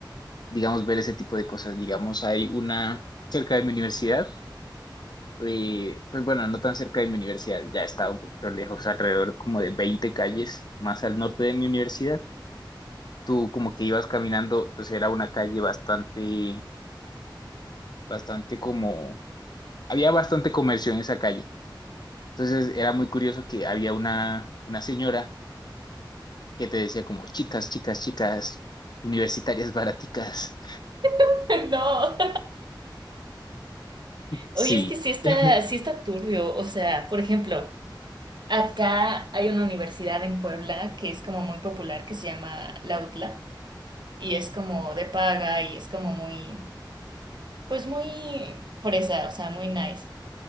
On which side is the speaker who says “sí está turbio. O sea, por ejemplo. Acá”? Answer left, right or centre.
Right